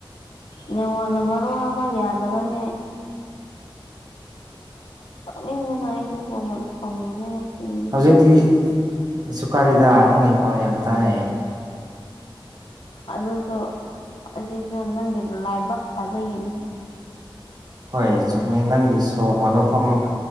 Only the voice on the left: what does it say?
ꯅꯦꯋꯥꯛꯅ ꯃꯔꯣꯟ ꯑꯃ ꯌꯥꯗꯕꯅꯦ ꯁꯥꯎꯅꯤꯡꯕꯅ ꯑꯩꯗꯤꯀꯣ ꯌꯥꯝ ꯁꯥꯎꯅꯤꯡꯉꯦ ꯍꯥꯏꯁꯤꯅꯤ
ꯑꯗꯨꯁꯨ ꯑꯁꯤꯁꯨ ꯅꯪꯒꯤ ꯂꯥꯏꯕꯛ ꯐꯕꯒꯤꯅꯤ